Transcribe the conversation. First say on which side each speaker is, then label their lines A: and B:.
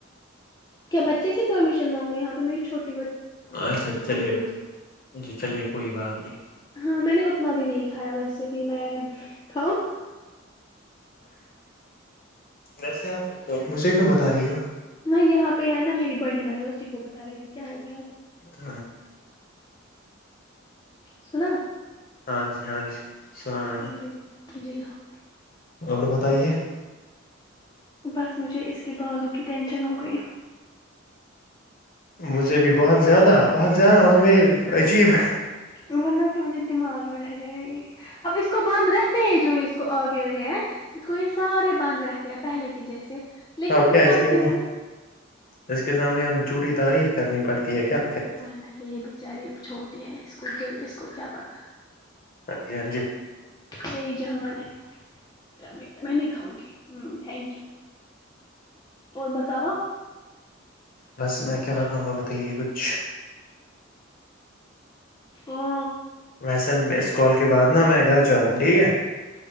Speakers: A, on the left; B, on the left.
A: کیا بچے سے پرمیشن مانگو ینہاں پر میری چھوٹی بچی
B: اچھا چلیے جی چلیے کوئی بات نہیں
A: ہاں میں نے اتنا بھی نہیں کھایا ویسے بھی میں کھاؤں
B: ویسے آپ مجھے کیوں بتا رہی ہو
A: نہ یہاں پے ہے نا میری بڑی بہن ہے اسی کو بتا رہی تھی کیا ہو گیا آپکو
B: ہاں
A: سنا
B: ہاں جی ہاں جی سنا میں نے
A: جی جی ہاں
B: اور بتائیے
A: بس مجھے اس کے بالوں کی ٹینشن ہو گئی
B: مجھے بھی بہت زیادہ بہت زیادہ مطلب یے عجیب
A: ورنہ کہ مجھے دماغ میں رہ گیا یہ اب اس کو بانند رہتے ہیں جو یے اس کو آگے رہے ہیں اس کو یے سارے بند رہتے ہیں پہلے کی جیسے لیکن
B: آپ کیا
A: کٹ
B: اس کے
A: گئے نا
B: اس کے سامنے اب جھوٹی تعریف کرنی پڑتی ہے کیا
A: منا کہ یے بچاری چھوٹی ہے اس کو گل اس کو کیا پتہ
B: ہاں جی ہاں جی
A: میری جہا مان ہے میں نہیں کھاؤں گی تھینک یو اور بتاو آپ
B: بس میں کیا بتاو آپ بتائیے کچھ
A: ہا
B: ویسے اس کال کے بعد نا میں گھر جاہ رہا ہوں ٹھیک ہے